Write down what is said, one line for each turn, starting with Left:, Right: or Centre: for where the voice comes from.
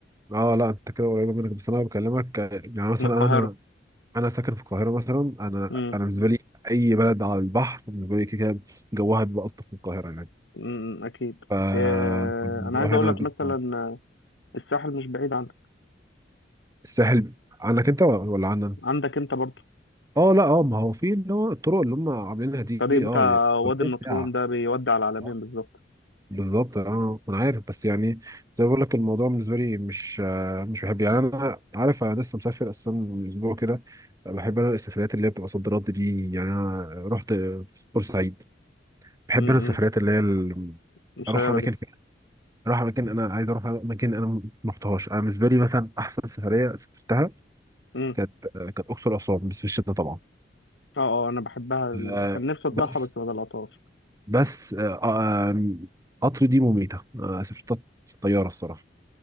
Right: اه لا انت كده قريبة منك بس انا بكلمك آه، يعني مثلا
Left: من القاهره
Right: انا انا ساكن في القاهره مثلا انا
Left: امم
Right: انا بالنسبه لي اي بلد على البحر بالنسبه لي كده كده جوها بيبقى الطف من القاهره يعني
Left: أمم، اكيد
Right: ف-
Left: آه،
Right: فالموضوع
Left: انا عايز اقول
Right: هنا
Left: لك
Right: بجد
Left: مثلا
Right: صعب
Left: آه، الساحل مش بعيد عنك
Right: الساحل عنك انت ولا عنا
Left: عندك انت برضه
Right: اه لا اه ما هو في اللي هو الطرق اللي هم عاملينها دي
Left: الطريق بتاع
Right: اه يعني
Left: وادي
Right: بتبقى
Left: النطرون
Right: في ساعه
Left: ده بيودي على العلمين
Right: آه،
Left: بالظبط
Right: بالظبط اه انا عارف بس يعني زي ما بقول لك الموضوع بالنسبه لي مش آه، مش بحب يعني انا عارف انا لسه مسافر اصلا من اسبوع كده بحب انا السفريات اللي هي بتبقى صد رد دي يعني انا رحت بورسعيد بحب
Left: امم
Right: انا السفريات اللي هي ال-
Left: المسيرة
Right: اروح اماكن
Left: دي
Right: فيها اروح اماكن انا عايز اروح اماكن انا ما رحتهاش انا بالنسبه لي مثلا احسن سفريه سافرتها
Left: امم
Right: كانت كانت اقصر اسوان بس في الشتاء طبعا
Left: اه اه انا بحبها ال-
Right: آه،
Left: كان نفسي اطلعها
Right: بس
Left: بس ما طلعتهاش
Right: بس آه، آه، قطر دي مميته آه، سافرت طياره الصراحه